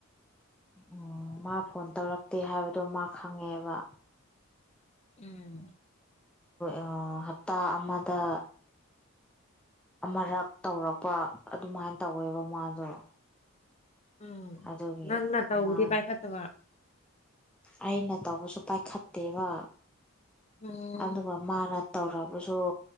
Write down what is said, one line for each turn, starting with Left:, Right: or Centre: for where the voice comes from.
Centre: ꯑꯣ ꯃꯥ ꯐꯣꯟ ꯇꯧꯔꯛꯇꯦ ꯍꯥꯏꯕꯗꯣ ꯃꯥ ꯈꯪꯉꯦꯕ
Left: ꯎꯝ
Centre: ꯑ ꯍꯞꯇꯥ ꯑꯃꯗ ꯑꯃꯔꯛ ꯇꯧꯔꯛꯄ ꯑꯗꯨꯃꯥꯏꯅ ꯇꯧꯋꯦꯕ ꯃꯥꯗꯣ
Left: ꯎꯝ
Centre: ꯑꯗꯨꯒꯤ
Left: ꯅꯪꯅ ꯇꯧꯕꯗꯤ
Centre: ꯃꯥ
Left: ꯄꯥꯏꯈꯠꯇꯕ
Centre: ꯑꯩꯅ ꯇꯧꯕꯁꯨ ꯄꯥꯏꯈꯠꯇꯦꯕ
Left: ꯎꯝ
Centre: ꯑꯗꯨꯒ ꯃꯥꯅ ꯇꯧꯔꯕꯁꯨ